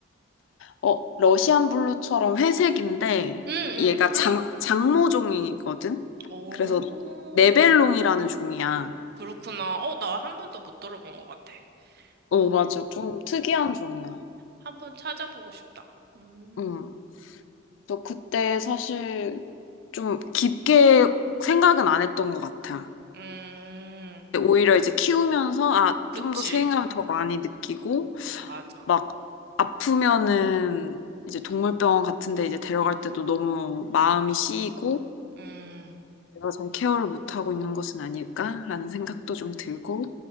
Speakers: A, on the left; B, on the right.
A: 어, 러시안 블루처럼 회색인데,
B: 응, 응.
A: 얘가 장, 장모종이거든?
B: 오,
A: 그래서 네벨롱이라는 종이야.
B: 그렇구나. 어, 나 한 번도 못 들어본 것 같아.
A: 어,
B: 음,
A: 맞아. 좀 특이한 종이야.
B: 한번 찾아보고 싶다. 음,
A: 응. 또 그때 사실 좀 깊게 생각은 안 했던 것 같아.
B: 음,
A: 근데 오히려 이제 키우면서, 아,
B: 그치.
A: 좀 더 책임감을 더 많이 느끼고,
B: 맞아.
A: 막 아프면은 이제 동물병원 같은 데 이제 데려갈 때도 너무 마음이 씌이고
B: 음,
A: 내가 잘 케어를 못하고 있는 것은 아닐까라는 생각도 좀 들고.